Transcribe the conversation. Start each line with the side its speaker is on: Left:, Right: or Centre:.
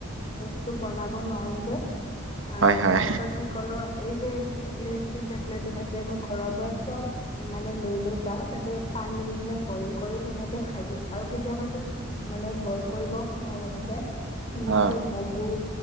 Left: বস্তু বনাব নোৱাৰো যে আৰু
Right: হয় হয়
Left: ৰাস্তা কি কৰ এই যে ইলেক্ট্ৰিক কেটলেটো থাকে মোৰ ঘৰৰ পৰা চব মানে লৈ লৈ যাও তাতে পানী দি কিনে বইল কৰি তেনেকে খাই দিওঁ আৰু কেতিয়াবা তাত মানে বইল কৰিব সময় নাথাকে ধুনীয়াকে
Right: অ
Left: মগু